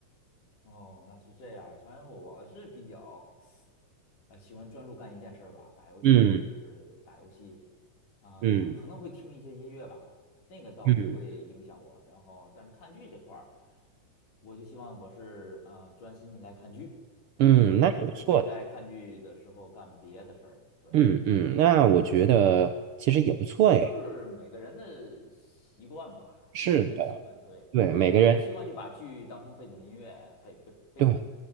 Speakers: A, on the left (about 80°); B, on the right (about 65°).
A: 哦，那是这样。反正我是比较，呃，喜欢专注干一件事儿吧。打游戏的时候就是打游戏，
B: 嗯
A: 啊、
B: 嗯
A: 可能会听一些音乐吧，那个倒不会影响我。
B: 嗯。
A: 然后，但是看剧这块儿，我就希望我是呃专心来看剧，
B: 嗯，
A: 对，
B: 那也不错。
A: 我不会在看剧的时候干别的事儿。对，
B: 嗯嗯，那我觉得其实也不错哎。
A: 可能就是每个人的习惯吧。
B: 是的，
A: 有的人习惯，对，
B: 对，每个人，
A: 有的人习惯就把剧当成背景音乐，背背背景
B: 对